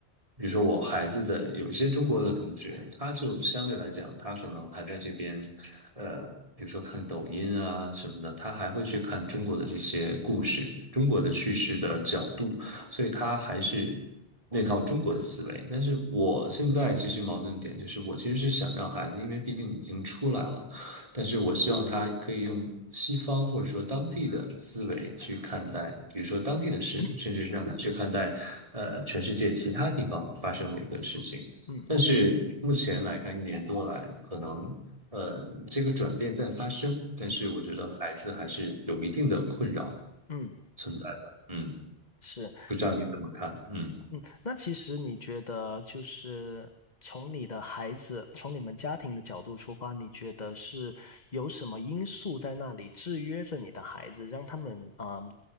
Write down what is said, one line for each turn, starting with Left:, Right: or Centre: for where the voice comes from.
Right: 比如说我孩子的有一些中国的同学，他就相对来讲，他可能还在这边，呃，比如说看抖音啊什么的，他还会去看中国的这些故事，中国的叙事的角度。
Left: 嗯
Right: 所以他还是那套中国的思维。但是我现在其实矛盾点就是，我其实是想让孩子，因为毕竟已经出来了，但是我希望他可以用西方或者说当地的思维去看待，比如说当地的事，
Left: <clears throat>
Right: 甚至是让他去看待，呃，全世界其他地方发生的一个事情。
Left: 嗯。
Right: 但是目前来看，一年多来，可能呃这个转变在发生，但是我觉得孩子还是有一定的困扰
Left: 嗯嗯，
Right: 存在的。嗯
Left: 是，
Right: 不知道你怎么看？嗯，
Left: 嗯，那其实你觉得，就是从你的孩子，从你们家庭的角度出发，你觉得是有什么因素在那里制约着你的孩子，让他们啊，呃